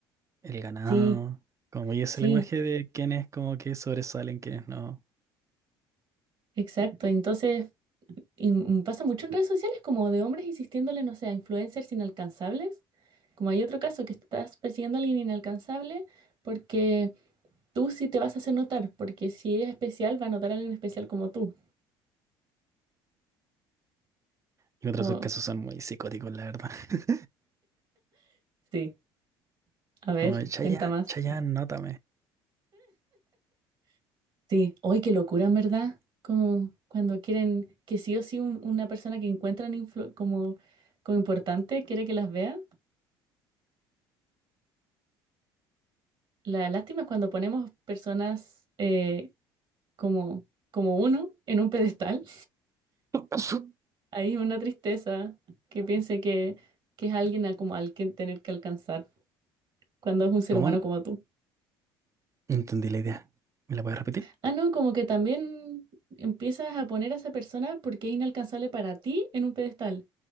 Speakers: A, on the right; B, on the right.
A: el ganado,
B: Sí,
A: como y ese
B: sí,
A: lenguaje de quienes como que sobresalen, quienes no.
B: exacto. Entonces... Y m- pasa mucho en redes sociales como de hombres insistiéndole, no sé, a influencers inalcanzables. Como hay otro caso que estás persiguiendo a alguien inalcanzable porque tú sí te vas a hacer notar, porque si es especial, va a notar a alguien especial como tú.
A: Y En
B: Como,
A: otros casos son muy psicóticos, la verdad. <laughs>
B: sí, a ver,
A: Como de Chayanne,
B: cuenta más.
A: Chayanne, nótame.
B: Sí, hoy qué locura, en verdad. Como cuando quieren que sí o sí un- una persona que encuentran influ- como, como importante quiere que las vea. La lástima es cuando ponemos personas eh, como, como uno en un pedestal.
A: <laughs>
B: <laughs> Ahí es una tristeza que piense que, que es alguien a como al que tener que alcanzar cuando es un ser
A: ¿Cómo?
B: humano
A: No
B: como tú.
A: entendí la idea. ¿Me la puedes repetir?
B: Ah, no, como que también empiezas a poner a esa persona porque es inalcanzable para ti en un pedestal,